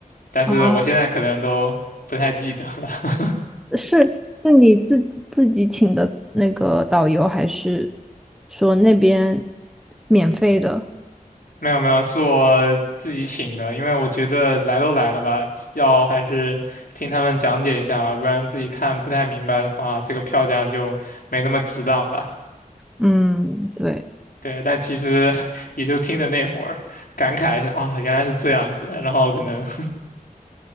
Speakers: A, on the left; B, in the centre.
A: 但是我现在可能都不太记得了。
B: 啊。
A: <laughs>
B: 是是你自己自己请的那个导游，还是说那边免费的？
A: 没有没有，是我自己请的，因为我觉得来都来了吧，要还是听他们讲解一下吧，不然自己看不太明白的话，这个票价就没那么值当吧。
B: 嗯，对
A: 对，但其实 <laughs> 也就听的那会儿，感慨一下啊，原来是这样子，然后可能